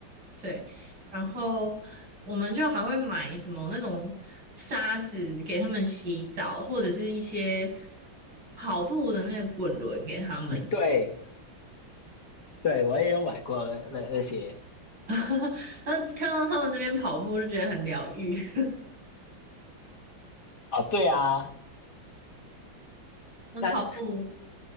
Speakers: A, on the right (about 65°); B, on the left (about 60°).
A: 对。然后我们就还会买什么那种沙子给它们洗澡，或者是一些跑步的那个滚轮给它们。
B: 对对，我也有买过那那那些
A: <laughs> 然后看到他们这边跑步就觉得很疗愈。<laughs>
B: 啊，对啊，
A: 那跑步，
B: 但